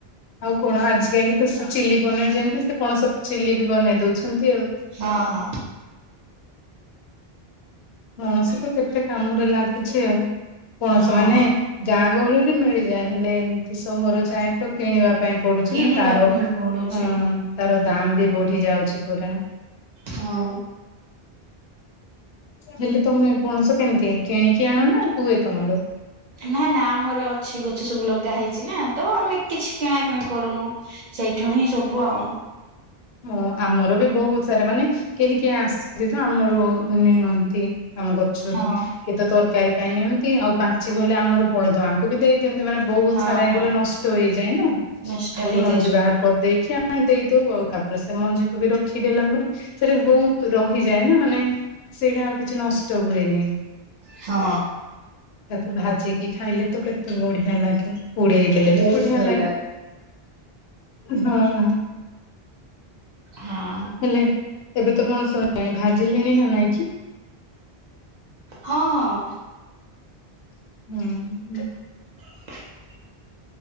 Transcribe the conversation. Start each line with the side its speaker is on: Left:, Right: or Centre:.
Left: ଆଉ କଣ ଆଜିକାଲି ତ ସ ଚିଲି ପନିର ଯେମିତି ସେ ପଣସ ଚିଲି ବି ବନେଇ ଦଉଛନ୍ତି ଆଉ।
Right: ହଁ ହଁ।
Left: ପଣସ ତ କେତେ କାମରେ ଲାଗୁଛି ଆଉ ପଣସ
Right: ହଁ
Left: ମାନେ ଗାଁ ଗହଳିରେ ମିଳିଯାଏ ହେଲେ ଏମିତି ସହର ଯାଏ ତ କିଣିବା ପାଇଁ ପଡୁଛି
Right: କିଣିବାକୁ
Left: ନା ତାର
Right: ହିଁ ପଡୁଛି।
Left: ହଁ ତାର ଦାମ ବି ବଢି ଯାଉଛି ପୁରା।
Right: ହଁ।
Left: ହେଲେ ତମେ ପଣସ କେମିତି କିଣିକି ଆଣ ନା ହୁଏ ତମର?
Right: ନା ନା ଆମର ଅଛି ଗଛ ସବୁ ଲଗା ହେଇଛି ନା ତ ଆମେ କିଛି କିଣା କିିଣି କରୁନୁ। ସେଇଠୁ ହିଁ ସବୁ ଆଉ।
Left: ହଁ ଆମରବି ବହୁତ୍ ସାରା ମାନେ କେହି କେହି ଆସନ୍ତି ଦେଖ ଆମର ନିଅନ୍ତି। ଆମ ଗଛରୁ
Right: ହଁ
Left: କିଏତ ତରକାରୀ ପାଇଁ ନିଅନ୍ତି ଆଉ ପାଚି ଗଲେ ଆମର ବଳଦଆଙ୍କୁବି ଦେଇ ଦିଅନ୍ତି ମାନେ ବହୁତ୍
Right: ହଁ
Left: ସାରା ହେଇଗଲେ
Right: ହଁ
Left: ନଷ୍ଟ ହେଇଯାଏନା
Right: ନଷ୍ଟ
Left: ଖାଲି
Right: ହେଇଯାଏ
Left: ମଞ୍ଜି
Right: ସବୁ।
Left: ବାହାର କରିଦେଇକି ଆମେ ଦେଇ ଦଉ ଆଉ ତାପରେ ସେମଞ୍ଜିକୁବି ରଖିଦଲା ପରେ ସେଟା ବହୁତ୍ ରହିଯାଏନା ମାନେ ସେଇଟା ଆଉ କିଛି ନଷ୍ଟ ହୁଏନି।
Right: ହଁ।
Left: ତାକୁ ଭାଜିକି ଖାଇଲେତ କେତେ ବଢ଼ିଆ ଲାଗେ ପୁଡ଼େଇ ଦେଲେବି
Right: ବହୁତ
Left: ବଢ଼ିଆ
Right: ଭଲ
Left: ଲାଗେ। ହଁ।
Right: ହଁ।
Left: ବେଲେ ଏବେତ କଣ ସରିଲାଣି ଭାଜିଲେଣିନା ନାଇଁକିି?
Right: ହଁ ହଁ।
Left: ହୁଁ ହୁଁ।
Right: <inaudible>